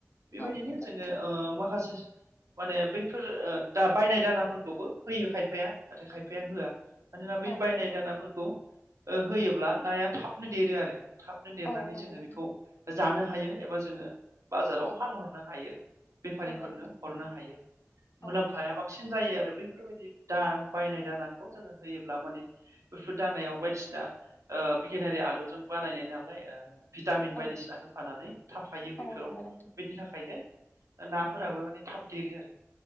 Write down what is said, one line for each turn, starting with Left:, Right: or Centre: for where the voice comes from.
Right: बेबायदिनो
Left: औ नंगौ
Right: जोङो
Left: नोंथां
Right: ओ माखासेस माने बै फोर ओ दा बायनाय दानाफोरखौबो होयो खायफाया नाथाय खायफाया होआ मानोना बै
Left: औ
Right: बायनाय
Left: नंगौ।
Right: दानाफोरखौ उ होयोब्ला नाया थाबनो देरो आरो थाबनो देरनानै
Left: औ नंगौ
Right: जोङो
Left: नोंथां
Right: बेखौ जानो हायो एबा जोङो बाजाराव
Left: औ
Right: फानहरनो हायो बेफारिफोरनो
Left: नंगौ नोंथां
Right: हरनो हायो।
Left: औ
Right: मुलाम्फाया बांसिन जायो आरो बैफोरबायदि दा बायनाय दानाखौ जोङो होयोब्ला माने बेफोर दानायाव बायदिसिना ओ भेकेनारि आदबजों बानायनाय नालाय भिटामिन
Left: औ
Right: बायदिसिना होफानानै थाफायो
Left: औ
Right: बेफोराव
Left: नंगौ नोंथां
Right: बेनि थाखायनो ना फोराबो माने थाब देरो आरो